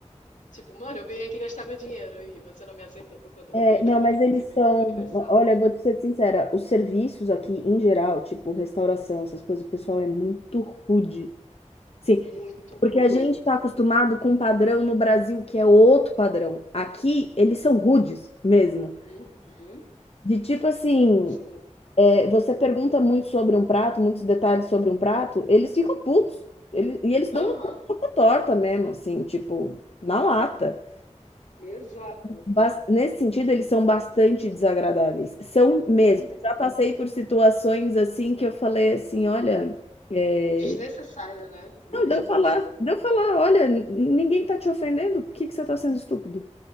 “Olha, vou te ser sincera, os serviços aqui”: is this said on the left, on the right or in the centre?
Left